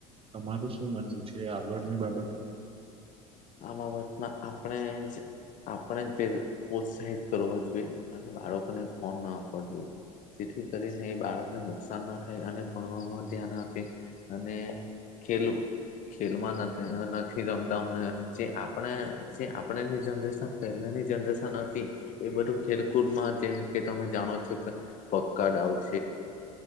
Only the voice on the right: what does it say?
તમારું શું માનવું છે. આગળની બાબતે